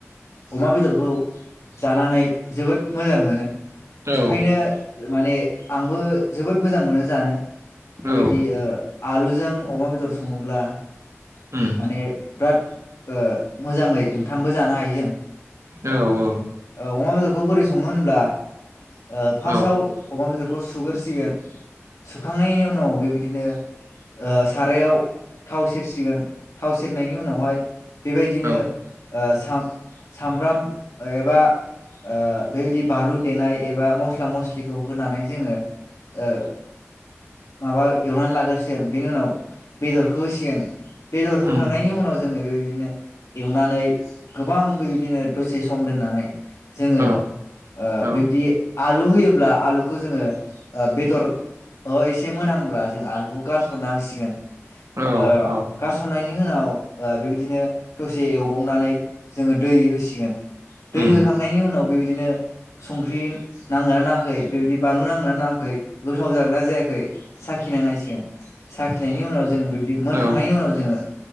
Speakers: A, on the left (about 85°); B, on the right (about 80°).
A: अमा बेदरखौ जानानै जोबोद मोजां मोनो
B: औ
A: ओंखायनो माने आंबो जोबोद मोजां मोनो जानो बेबायदि
B: औ
A: ओ आलुजों अमा बेदर सङोब्ला
B: उम
A: माने बिराद ओ मोजाङै ओंखामबो जानो हायो जों
B: औ औ
A: ओ अमा बेदरखौ बोरै सङो होनब्ला ओ फार्स्टआव
B: औ
A: अमा बेदर खो सुगोर सिगोन सुखांनायनि उनाव बेबायदिनो ओ सारायाव थाव सेर सिगोन, थाव सेरनायनि उनावहाय, बेबायदिनो
B: औ
A: ओ साम-सामब्राम ओ एबा ओ बेबायदि बानलु देनाय एबा मस्ला मस्लिखौ होनानै जोङो ओ माबा एवना लाग्रोसिगोन बेनि उनाव बेदरखौ होसिगोन। बेदर होखांनायनि
B: उम
A: उनाव जोङो बेबायदिनो एवनानै गोबां बेबायदिनो दसे सम दोननानै जोङो
B: औ
A: ओ
B: औ
A: बेबायदि आलु होयोब्ला आलुखौ जोङो ओ बेदर ओ एसे मोनांहांब्ला जों आलुखौ गारसनना होसिगोन ओ
B: औ
A: गारसननाय नि उनाव ओ बेबायदिनो दसे एवबावनानै जोङो दै होसिगोन दै
B: उम
A: होखांनायनि उनाव बेबायदिनो संख्रि नांदोंना नाङाखै बेबायदि बानलु नांदोंना नाङा गोथाव जागोना जायाखै साखिना नायसिगोन सखिनायनि उनाव जों बे बिबायदि मोनखांनायनि
B: औ
A: उनाव जोङो